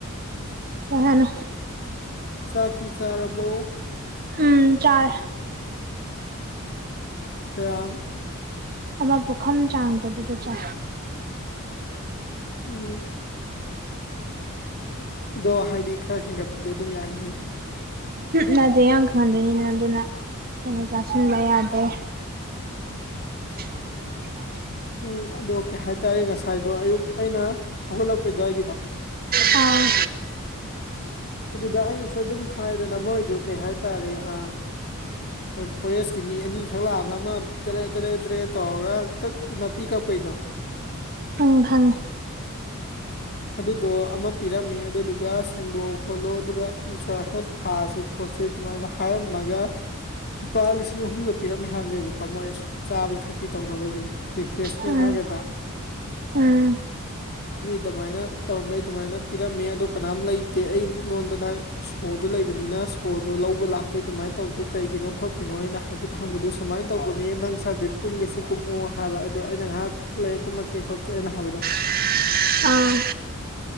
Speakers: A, on the right; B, on the left.
A: ꯀꯍꯅꯣ
B: ꯆꯥꯛꯇꯤ ꯆꯥꯔꯕꯣ
A: ꯎꯝ ꯆꯥꯏ
B: ꯀꯝ
A: ꯑꯃ ꯄꯨꯈꯝ ꯆꯥꯡꯗꯣ ꯑꯗꯨꯗ ꯆ
B: ꯎꯝ ꯑꯗꯣ ꯍꯥꯏꯗꯤ ꯈꯔ ꯍꯦꯟꯒꯠꯄꯗꯤ ꯑꯗꯨꯝ ꯌꯥꯏꯅꯤ
A: ꯌꯥꯗꯦ ꯌꯥꯝ ꯈꯪꯍꯟꯗꯣꯏꯅꯤꯅ ꯑꯗꯨꯅ ꯍꯦꯟꯅ ꯆꯥꯁꯤꯟꯕ ꯌꯥꯗꯦ <unintelligible> <inaudible>
B: ꯎꯝ ꯑꯗꯣ ꯀꯩ ꯍꯥꯏꯇꯥꯔꯦ ꯉꯁꯥꯏꯗꯣ ꯑꯌꯨꯛ ꯑꯩꯅ ꯍꯧꯒꯠꯂꯛꯄꯩ ꯑꯗꯨꯋꯥꯏꯒꯤꯗꯣ
A: ꯑꯣ
B: ꯑꯗꯨꯗ ꯑꯩꯅꯁꯨ ꯑꯗꯨꯝ ꯍꯥꯏꯗꯅ ꯃꯣꯏꯗꯨ ꯀꯩ ꯍꯥꯏꯇꯥꯔꯦ ꯑ ꯃꯣꯏ ꯐꯣꯔꯦꯁꯀꯤ ꯃꯤ ꯑꯅꯤꯈꯛ ꯂꯥꯛꯑꯝꯕ ꯑꯃ ꯇꯔꯦ ꯇꯔꯦ ꯇꯔꯦ ꯇꯧꯔꯒꯛ ꯅꯥꯄꯤ ꯀꯛꯄꯩꯗꯣ
A: ꯎꯝ ꯐꯉꯤ
B: ꯑꯗꯨꯗꯣ ꯑꯃ ꯄꯤꯔꯝꯃꯤ ꯑꯗꯨꯗꯨꯒ ꯁꯦꯡꯗꯣꯛ ꯈꯣꯠꯂꯣ ꯑꯗꯨꯒ ꯎꯖꯥ ꯈꯔ ꯊꯥꯁꯦ ꯈꯣꯠꯁ ꯑꯗꯨꯃꯥꯏꯅ ꯍꯥꯏꯔꯝꯃꯒ ꯂꯨꯄꯥ ꯂꯤꯁꯤꯡ ꯑꯍꯨꯝꯒ ꯄꯤꯔꯝꯃꯦ ꯍꯥꯏꯕꯅꯦꯕꯀꯣ ꯀꯣ ꯃꯣꯏ ꯆꯥꯕꯤ ꯊꯛꯄꯤ ꯇꯧꯅꯕꯒꯤ ꯔꯤꯄ꯭ꯔꯦꯁꯃꯦꯟ
A: ꯎꯝ
B: ꯍꯥꯏꯦꯗ
A: ꯎꯝ
B: ꯑꯗꯨꯃꯥꯏꯅ ꯇꯧꯔꯝꯕꯩ ꯑꯗꯨꯃꯥꯏꯅ ꯄꯤꯔꯝꯃꯦ ꯑꯗꯣ ꯀꯅꯥꯝ ꯂꯩꯇꯦ ꯑꯩꯉꯣꯟꯗꯅ ꯁꯣꯗꯨꯣ ꯂꯩꯕꯅꯤꯅ ꯁꯣꯗꯣ ꯂꯧꯕ ꯂꯥꯛꯄꯩ ꯑꯗꯨꯃꯥꯏꯅ ꯇꯧꯗꯣ ꯀꯩꯒꯤꯅꯣ ꯈꯣꯠꯀꯤꯅꯣ ꯍꯥꯏꯅ ꯍꯥꯏꯐꯦꯠ ꯍꯪꯕꯗꯨꯣ ꯁꯨꯃꯥꯏꯅ ꯇꯧꯕꯅꯤ ꯅꯪ ꯀꯨꯝꯒꯦꯁꯨ ꯀꯨꯝꯃꯣ ꯍꯥꯏꯕ ꯑꯗꯣ ꯑꯩꯅ ꯉꯥꯏꯍꯥꯛ ꯂꯩ ꯀꯨꯝꯃꯛꯀꯦ ꯈꯣꯠꯀꯦ ꯑꯩꯅ ꯍꯥꯏꯕꯗ
A: ꯎ <unintelligible> <inaudible> ꯑ